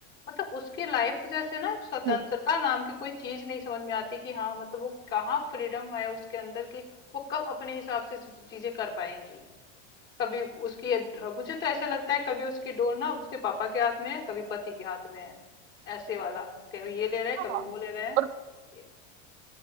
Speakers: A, on the left; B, on the right.
A: मतलब उसकी लाइफ जैसे ना एक स्वतंत्रता
B: हम्म,
A: नाम की कोई चीज नहीं समझ में आती कि हाँ मतलब वो कहाँ फ्रीडम है उसके अंदर की वो कब अपने हिसाब से चीजें कर पाएंगी कभी उसकी मुझे तो ऐसा लगता है कभी उसकी डोर ना उसके पापा के हाथ में है कभी पति के हाथ में है ऐसे वाला कभी ये ले रहे हैं
B: हाँ।
A: कभी वो ले रहे हैं
B: और
A: ये